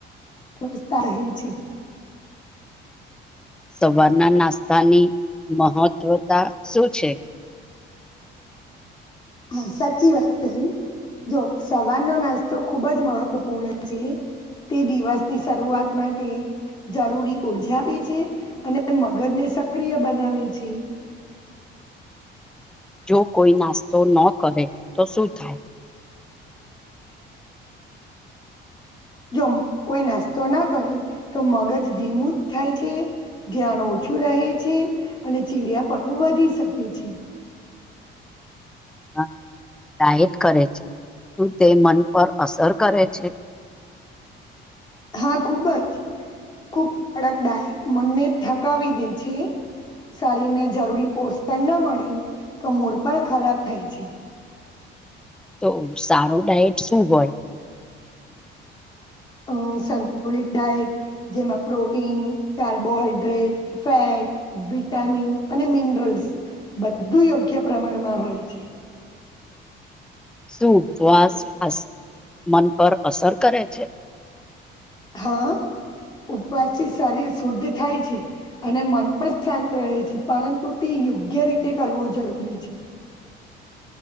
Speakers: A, on the left; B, in the centre.
A: વસ્તા રહી છે.
B: સવારના નાસ્તાની મહત્વતા શું છે?
A: હા સાચી વાત કહી. જો સવારનો નાસ્તો ખુબ જ મહત્વપૂર્ણ છે. તે દિવસની શરૂઆત માટે જરૂરી ઊર્જા આપે છે, અને મગજને સક્રિય બનાવે છે.
B: જો કોઈ નાસ્તો ન કરે, તો શું થાય?
A: જો કોઈ નાસ્તો ના કરે, તો મગજ ધીમું જ થાય છે. ધ્યાન ઓછું રહે છે, અને ચીડિયાપણ વધી શકે છે.
B: હા. ડાયટ કરે છે, શું તે મન પર અસર કરે છે. <inaudible>
A: હા ખુબજ. ખુબ કડક ડાયટ મનને થકાવી દે છે. શરીર ને જરૂરી પોષણ ના મળે, તો મૂળ પણ ખરાબ થાય છે.
B: તો સારો ડાયટ શું હોય?
A: અ સંતુલિત ડાયટ જેમાં પ્રોટીન, કાર્બોહાઈડ્રેટ, ફેટ વિટામિન અને મિનરલ્સ બધું યોગ્ય પ્રમાણમાં હોય છે.
B: શું વાસ ફાસ મન પર અસર કરે છે?
A: હા. ઉપવાસ થી શરીર શુદ્ધ થાય છે, અને મન પણ શાંત રહે છે પરંતુ ટ યોગ્ય રીતે કરવો જરૂરી છે.